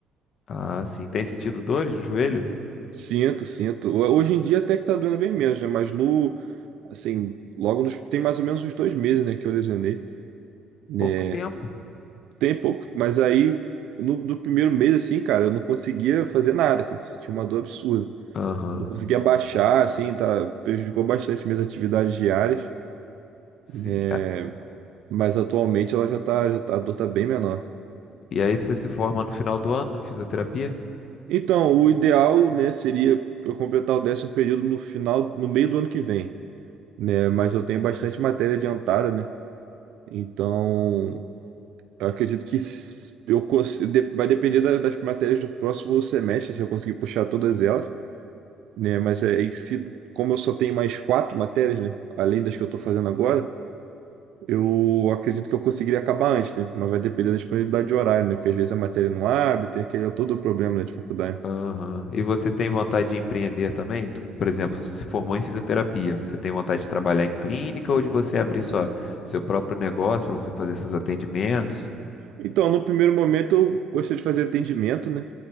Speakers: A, on the left; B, on the right.
A: Ah, sim. Tem sentido dores no joelho?
B: Sinto, sinto. Ho- Hoje em dia até que tá doendo bem menos, né? Mas no, assim, logo nos, tem mais ou menos uns dois meses, né, que eu lesionei, né?
A: Pouco tempo.
B: Tem pouco, mas aí no, do primeiro mês, assim, cara, eu não conseguia fazer nada, cara. Sentia uma dor absurda.
A: Aham,
B: Não conseguia baixar, assim, tá, prejudicou bastante minhas atividades diárias,
A: sim.
B: né?
A: A-
B: Mas atualmente ela já tá, já tá, a dor tá bem menor.
A: E aí você se forma no final do ano em fisioterapia?
B: Então, o ideal, né, seria eu completar o décimo período no final, no meio do ano que vem, né? Mas eu tenho bastante matéria adiantada, né? Então, eu acredito que s- eu cons- de- vai depender da- das matérias do próximo semestre, se eu conseguir puxar todas elas, né? Mas é e se, como eu só tenho mais quatro matérias, né, além das que eu estou fazendo agora, eu acredito que eu conseguiria acabar antes, né? Mas vai depender da disponibilidade de horário, né? Porque às vezes a matéria não abre, tem aquele todo o problema, né, de faculdade.
A: Aham. E você tem vontade de empreender também? Por exemplo, se formou em fisioterapia, você tem vontade de trabalhar em clínica ou de você abrir sua, seu próprio negócio para você fazer seus atendimentos?
B: Então, no primeiro momento eu gostei de fazer atendimento, né?